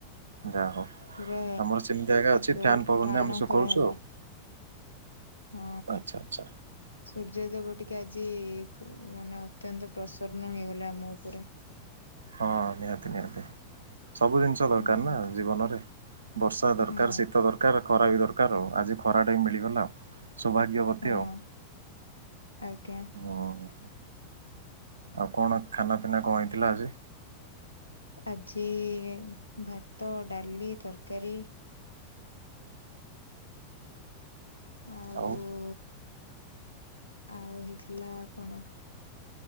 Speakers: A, on the right; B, on the left.
A: ଯା ହଉ
B: ପୁରା
A: ଆମର ସେମତି ଏକା ଅଛି
B: ଜୋର
A: ଫ୍ୟାନ୍ ପବନ
B: ଟାଣ
A: ରେ ଆମେ ଶୁଖଉଛୁ
B: ଖରା ହେଲା
A: ଆଉ।
B: ହଁ।
A: ଆଚ୍ଛା ଆଚ୍ଛା।
B: ସୂର୍ଯ୍ୟଦେବ ଟିକେ ଆଜି ଖୁ-ମାନେ ଅତ୍ୟନ୍ତ ପ୍ରସନ୍ନ ହେଇଗଲା ଆମ ଉପରେ।
A: ହଁ ନିହାତି ନିହାତି ସବୁ ଜିନିଷ ଦରକାର
B: ହଁ
A: ନା ଜୀବନରେ। ବର୍ଷା ଦରକାର,
B: ହଁ
A: ଶୀତ ଦରକାର, ଖରା ବି ଦରକାର, ଆଉ ଆଜି ଖରା ଟା ବି ମିଳିଗଲା ଆଉ। ସୌଭାଗ୍ୟବତୀ
B: ହଁ
A: ଆଉ।
B: ଆଜ୍ଞା।
A: ହୁଁ ଆଉ କଣ ଖାନା ପିନା କଣ ହେଇଥିଲା ଆଜି?
B: ଆଜି ଭାତ, ଡାଲି, ତରକାରୀ। ଆ
A: ଆଉ
B: ଓ ଆଉ ହେଇଥିଲା କଣ?